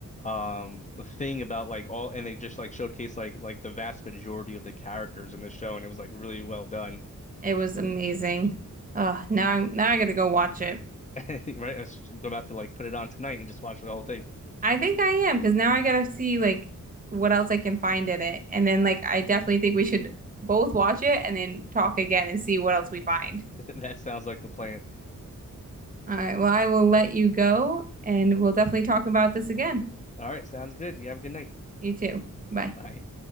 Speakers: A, on the left; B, on the right.
A: um thing about like all and they just like showcased like like the vast majority of the characters in the show, and it was like really well done.
B: It was amazing. Uh, now I'm now I gotta go watch it.
A: <laughs> Right, I should- I'm about to like put it on tonight and just watch the whole thing.
B: I think I am because now I gotta see like what else I can find in it, and then like I definitely think we should both watch it and then talk again and see what else we find.
A: <laughs> That sounds like a plan.
B: All right, well I will let you go, and we'll definitely talk about this again.
A: All right, sounds good. You have a good night.
B: You too. Bye.
A: Bye.